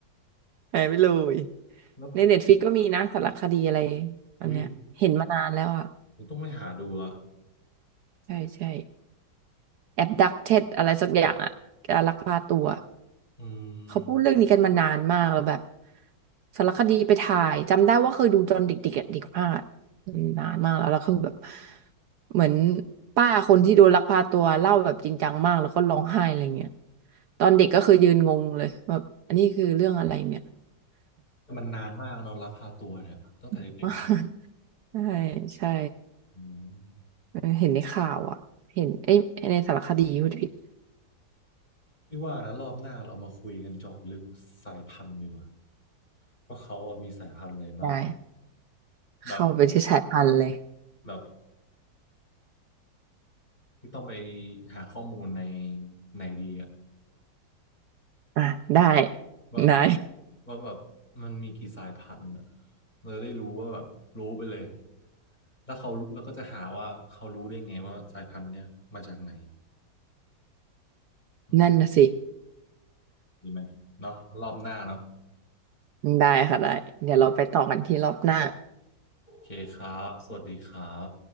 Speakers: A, on the right; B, on the left.
A: หายไปเลย
B: แล้ว
A: ในเน็ตฟ i ิกก็มีนะสารคดีอะไรอันเนี้ยเห็นมานานแล้วอ่ะ
B: อุ๊ยผมต้องไปหาดูละ
A: ใช่ใช่ abducted อะไรสักอย่างอะการลักพาตัว
B: อืม
A: เขาพูดเรื่องนี้กันมานานมากแล้วแบบสารคดีไปถ่ายจำได้ว่าเคยดูตอนเด็กๆอะเด็กมากอะอืมนานมากแล้วแล้วคือแบบเหมือนป้าคนที่โดนลักพาตัวเล่าแบบจริงจังมากแล้วก็ร้องไห้อะไรเงี้ยตอนเด็กก็คือยืนงงเลยแบบอันนี้คือเรื่องอะไรเนี่ย
B: แต่มันนานมากเนอะลักพาตัวเนี่ยตั้งแต่เด็กๆมา
A: <laughs> มากใช่ใช่
B: อืม
A: เออเห็นในข่าวอ่ะเห็นเอ้ยในสารคดีพูดผิด
B: พี่ว่านะรอบหน้าเรามาคุยกันเจาะลึกสายพันธุ์ดีกว่าว่าเขาอะมีสายพันธุ์อะไรบ้าง
A: ได้
B: แบบ
A: เข้าไปที่สายพันธุ์เลย
B: แบบที่ต้องไปหาข้อมูลในในดีอะ
A: อ่ะได้
B: ว่าแบบ
A: ได้
B: ว่าแบบมันมีกี่สายพันธุ์อ่ะเราจะได้รู้ว่าแบบรู้ไปเลยแล้วเขาแล้วก็จะหาว่าเขารู้ได้ไงว่าสายพันธุ์เนี้ยมาจากไหนอืม
A: นั่นนะสิ
B: ดีไหมเนาะรอบหน้าเนาะ
A: ได้ค่ะได้เดี๋ยวเราไปต่อกันที่รอบหน้า
B: โอเคครับสวัสดีครับ